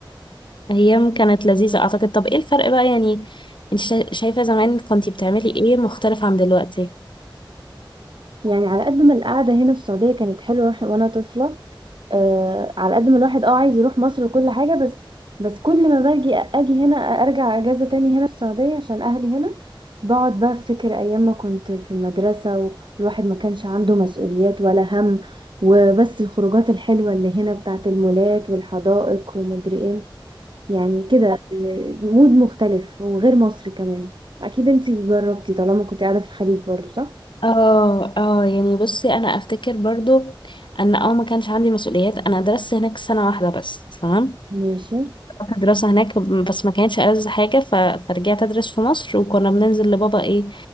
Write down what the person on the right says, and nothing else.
يعني على قد ما القعدة هنا في السعودية كانت حلوة وإح- وانا طفلة آه على قد ما الواحد اه عايز يروح مصر وكل حاجة بس بس كل ما باجي اجي هنا ارجع اجازة تاني هنا في السعودية عشان اهلي هنا بقعد بقى افتكر ايام ما كنت في المدرسة والواحد ما كانش عنده مسؤوليات ولا هم وبس الخروجات الحلوة اللي هنا بتاعت المولات والحدائق ومدري ايه يعني كده آه، مود مختلف وغير مصر كمان اكيد انتي جربتي طالما كنت قاعدة في الخليج برضو صح؟
ماشي